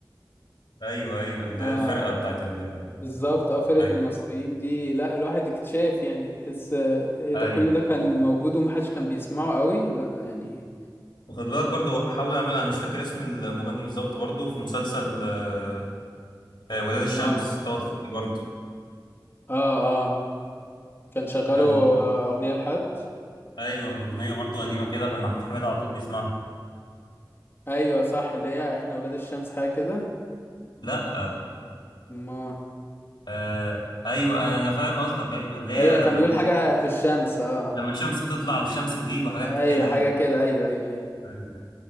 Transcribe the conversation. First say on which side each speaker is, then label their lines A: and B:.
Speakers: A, on the left; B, on the left.
A: ايوه ايوه اللي
B: اه
A: هي الفرقة بتاعت ال
B: بالظبط
A: آه،
B: اه فرقة
A: ايوه
B: المصريين دي لا الواحد اكتشاف يعني تحس آه، ايه ده
A: ايوه
B: كل ده كان موجود ومحدش كان بيسمعه قوي لا يعني
A: وخد بالك برضو حاول اعمل انا مش فاكر اسم المغني بالظبط برضو في مسلسل آه، آه، ولاد الشمس
B: اه
A: طاطي برضو
B: اه آه. كان شغاله
A: كان
B: آه، اغنيه لحد
A: ايوه اغنيه برضو قديمه كده كان محمود حميد على طول بيسمعها
B: ايوه صح اللي هي احنا ولاد الشمس حاجه كده
A: لا آه
B: ما
A: آه، ايوه انا فاهم قصدك ايوه اللي هي
B: ايوه كان
A: لما
B: بيقول حاجه في الشمس اه
A: لما
B: آه.
A: الشمس تطلع والشمس تغيب وحاجات
B: ايوه
A: كده
B: حاجه
A: يعني.
B: كده ايوه ايوه ايوه
A: ايوه